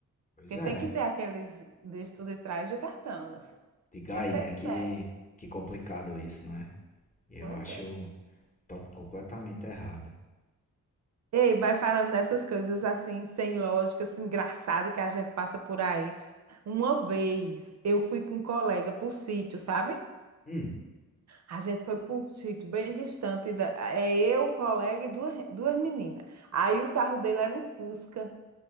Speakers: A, on the left; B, on the right.
A: pois
B: Porque
A: é.
B: tem que ter aqueles dígitos de trás do cartão, meu filho.
A: Diga
B: Tem
A: aí,
B: que ser
A: né?
B: esperto.
A: Que, que complicado isso, não é? Eu
B: Pois
A: acho
B: é.
A: top completamente errado.
B: Ei, vai falando dessas coisas assim, sem lógica, assim, engraçado que a gente passa por aí. Uma vez eu fui com um colega para o sítio, sabe?
A: Hum,
B: A gente foi para um sítio bem distante. Da... É eu, o colega e duas, duas meninas. Aí o carro dele era um Fusca.